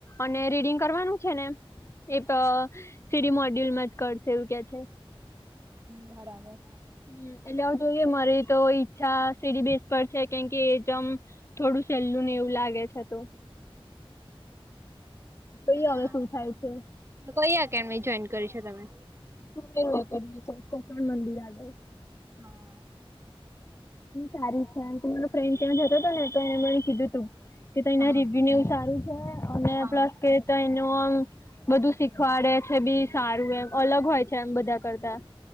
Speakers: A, on the left; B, on the right.
A: અને રીડિંગ કરવાનું છે ને એક સીડી મોડ્યુલમાં. કરશે એવું ક છે
B: બરાબર
A: હ એટલે જોઈએ મારી તો ઈચ્છા સીડી બેસ પર છે કેમકે એ જેમ થોડું સહેલ્લું ને એવું લાગે. છે તો. જોઈએ
B: હમ્મ.
A: હવે શું થાય છે
B: કઈ એકડમી જોઈન કરી છે તમે?
A: કુબેર એકેડમી છે કોકણ મંદિર આગળ.
B: હા.
A: સારી છેમ કે મારો ફ્રેન્ડ ત્યાં જતો હતો ને તો એને મને કીધું તું. કે તો એના
B: હા
A: રેિવન્યુ સારું છે અને
B: હા
A: પ્લસ કે તય નુ આમ બધું શીખવાડે છે બી સારું એમ અલગ હોય છે એમ બધા કરતા.